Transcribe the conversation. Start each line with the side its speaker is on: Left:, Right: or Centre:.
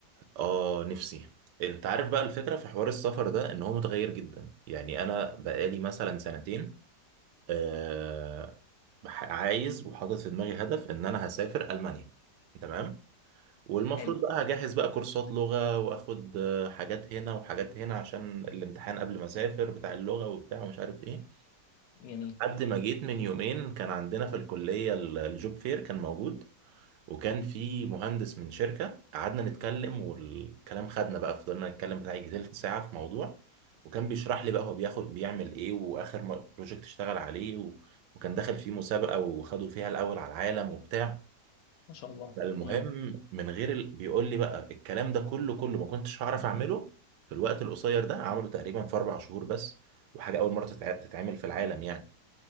Right: اه نفسي انت عارف بقى الفكره في حوار السفر ده ان هو متغير جدا يعني انا بقالي مثلا سنتين آه بح- عايز وحاطط في دماغي هدف ان انا هسافر المانيا تمام والمفروض
Left: حلو
Right: بقى هجهز بقى كورسات لغه واخد آه، حاجات هنا وحاجات هنا عشان الامتحان قبل ما اسافر بتاع اللغه وبتاع ومش عارف ايه
Left: جميل
Right: لحد ما جيت من يومين كان عندنا في الكلية ال- الجوب فير كان موجود وكان في مهندس من شركة قعدنا نتكلم والكلام خدنا بقى فضلنا نتكلم بتاع يجي تلت ساعة في موضوع وكان بيشرح لي بقى هو بياخد بيعمل ايه واخر م- بروجكت اشتغل عليه و... وكان داخل فيه مسابقة وخدوا فيها الأول على العالم وبتاع
Left: ما شاء الله
Right: فالمهم
Left: امم
Right: من غير ال... بيقول لي بقى الكلام ده كله كله ما كنتش هعرف أعمله في الوقت القصير ده عمله تقريبا في أربع شهور بس وحاجة أول مرة تتع... تتعمل في العالم يعني